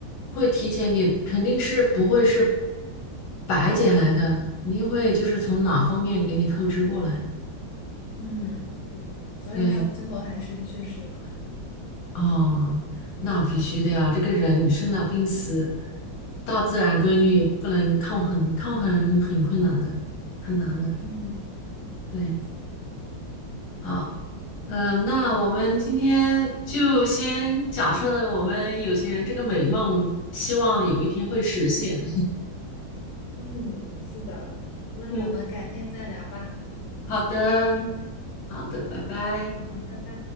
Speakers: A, on the left; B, on the left.
A: 会提前，你肯定是不会是白捡来的，肯定会就是从哪方面给你透支过来。
B: 嗯，对，所以他最后还是去世了。
A: 对，哦，那必须的呀！这个人生老病死，大自然规律不能抗衡，抗衡很困难的，很难的。
B: 嗯。对。
A: 对，好，呃，那我们今天就先假设我们有钱人这个美梦，希望有一天会实现。
B: 嗯，是的，那我们改天再聊吧。
A: <laughs> 嗯，好的，好的，拜拜。
B: 好，拜拜。